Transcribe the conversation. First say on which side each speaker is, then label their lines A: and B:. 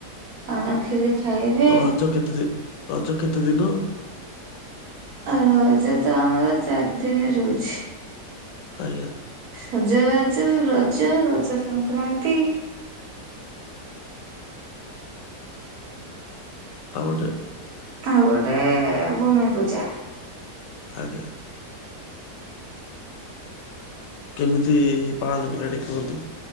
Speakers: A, on the right; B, on the left.
A: ପାନ ଖିଲି ଖାଇବେ।
B: ରଜ କେତେ ଦି ରଜ କେତେ ଦିନ
A: ରଜ ତ ଆମର ଚାରି ଦିନ ରହୁଛି।
B: ଆଜ୍ଞା।
A: ସଜବାଜ ରଜ ରଜ ସଂକ୍ରାନ୍ତି
B: ଆଉ ଗୋଟେ
A: ଆଉ ଗୋଟେ ଭୂମି ପୂଜା।
B: ଆଜ୍ଞା। କେମିତି ପାଳନ ପିଲାଟି କୁହନ୍ତୁ